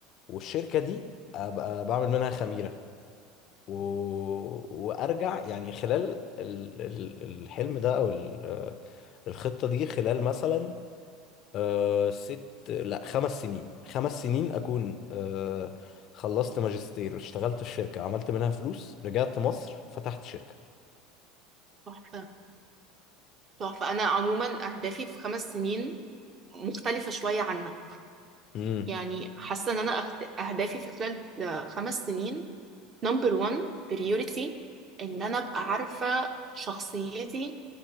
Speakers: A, on the left; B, on the right.
A: والشركة دي أبقى بعمل منها خميرة و... وأرجع يعني خلال ال- ال- الحلم ده أو ال- آه، الخطة دي خلال مثلا أه ست لا خمس سنين خمس سنين أكون أه خلصت ماجستير اشتغلت في شركة عملت منها فلوس رجعت مصر فتحت شركة
B: تحفة تحفة أنا عموما أهدافي في خمس سنين مختلفة شوية عنك
A: امم
B: يعني حاسة إن أنا أخت- أهدافي في خلال آه، خمس سنين نمبر 1 بريوريتي إن أنا أبقى عارفة شخصيتي